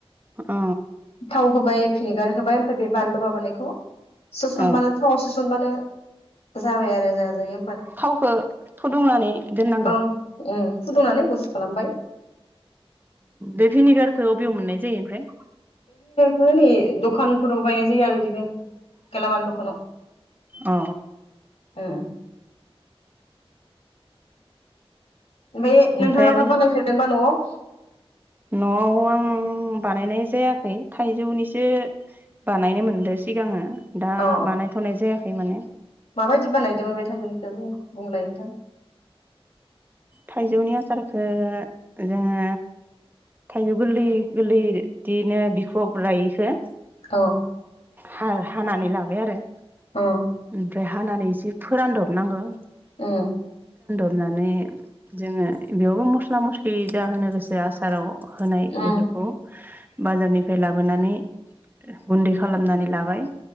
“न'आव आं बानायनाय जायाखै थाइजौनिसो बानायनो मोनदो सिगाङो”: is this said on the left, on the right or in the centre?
Right